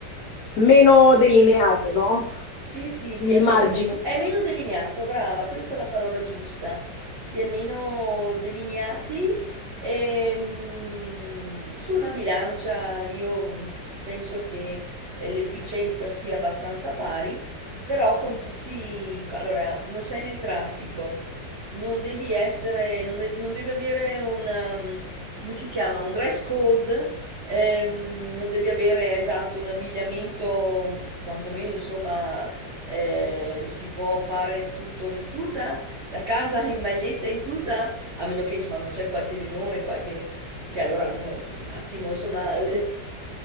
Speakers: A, on the left; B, on the right.
A: meno
B: Eh sì.
A: delineato, no?
B: Sì, sì,
A: Il
B: è
A: margine.
B: vero. È meno delineato, brava, questa è la parola giusta. Si è meno delineati e mm, su una bilancia io mm, penso che eh, l'efficienza sia abbastanza pari, però con tutti... Allora, non sei nel traffico, non devi essere, non devi, non devi avere una... mm, come si chiama? Un dress code. ehm, non devi avere esatto un abbigliamento, quantomeno insomma, eh, si può fare tutto in tuta, da casa <laughs> in maglietta in tuta, a meno che insomma non c'è qualche riunione, qualche che allora uno un attimo insomma <laughs>